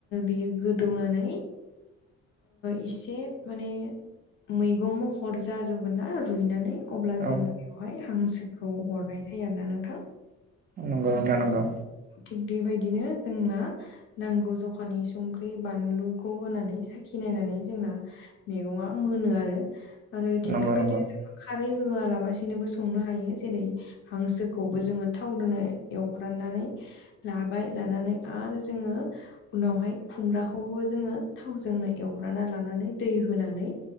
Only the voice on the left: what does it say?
बेयो गोदौनानै इसे माने मैगं महर जाजोबगोन ना रुइनानै अब्ला
जोङो बेवहाय हांसोखौ हरनाय जायो आरोना नोंथां।
थिग बेबायदिनो जोंना नांगौ जखानि संख्रि बानलुखौ होनानै साखिनाय। नायनानै जोंना मेगंआ मोनो आरो -आरो एथिं
बेबायदिनो
जोंना खारै होआलाबसिनोबो संनो हायो जेरै हांसोखौबो जोङो थाव दोनो एवफ्रामनानै लाबाय लानानै आरो जोङो उनावहाय खुमब्राखौबो जोङो थाव जोंनो एवब्राना लानानै दै होनानै